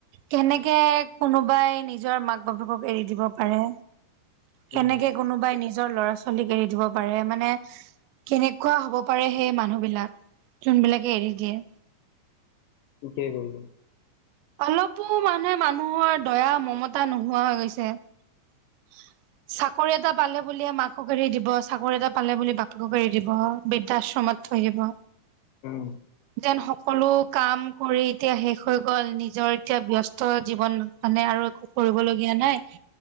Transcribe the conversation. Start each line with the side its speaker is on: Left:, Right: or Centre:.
Right: কেনেকে কোনোবাই নিজৰ মাক -বাপেকক এৰি দিব পাৰে। কেনেকে
Left: উম
Right: কোনোবাই নিজৰ ল'ৰা- ছোৱ চলিক এৰি দিব পাৰে মানে কেনেকুৱা হব পাৰে সেই মানুহ বিলাক। যোন বিলাকে এৰি দিয়ে।
Left: থিকেই কৰিলি।
Right: অলপো মানুহে মানুহৰ দয়া মমতা নোহোৱা হৈ গৈছে। <unintelligible> চাকৰি এটা পালে বুলি মাকক এৰি দিব চাকৰি এটা পালে বুলি বাপেকক এৰি দিব বিধ্যাশ্ৰমত। থৈ দিব।
Left: উম।
Right: তেন সকলো কাম কৰি এতিয়া শেষ হৈ গ'ল নিজৰ এতিয়া ব্যস্ত জীৱন মানে আৰু। একো কৰিবলীয়া নাই।